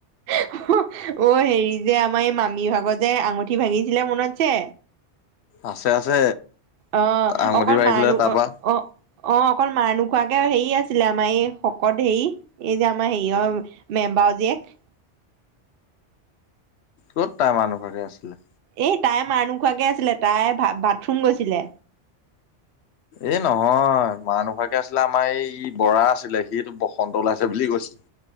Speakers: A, on the right; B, on the left.
A: অহ অ হেৰি যে আমাৰ এই মামি ভাগৰ যে আঙুঠি ভাঙিছিলে মনত আছে
B: আছে আছে।
A: অ
B: আঙুঠি
A: অকল
B: বাঢ়িছিলে
A: মাৰ নু
B: তাৰপা
A: অ অ অ অকল মাৰ নোখোৱাকে হেৰি আছিলে আমাৰ এই শকত হেৰি এই যে আমাৰ হেৰিয়ৰ মেমবাৰৰ জীয়েক।
B: ক'ত তাই মাৰ নোখোৱাকে আছিলে
A: এই তাই মাৰ নোখোৱাকে আছিলে তাই বা বাথৰুম গৈছিলে।
B: এই নহয় মাৰ নোখোৱাকে আছিলে আমাৰ এই ই বৰা আছিলে সিটো বসন্ত ওলাইছে বুলি কৈছিলে।